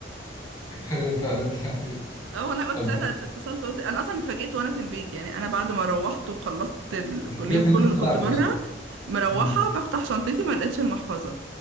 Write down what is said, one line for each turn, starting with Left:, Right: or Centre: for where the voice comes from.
Left: ايوه فعلا أيوة.
Right: اه والله قلت
Left: طب
Right: ساعتها اتصلت قلت انا اصلا اتفاجئت وانا في البيت يعني انا بعد ما روحت وخلصت ال- كل
Left: رجعت
Right: اليوم
Left: ان
Right: كله
Left: انت اتخرقت
Right: اللي كنت بره
Left: اصلا
Right: مروحه
Left: مم.
Right: بفتح شنطتي ما لقيتش المحفظه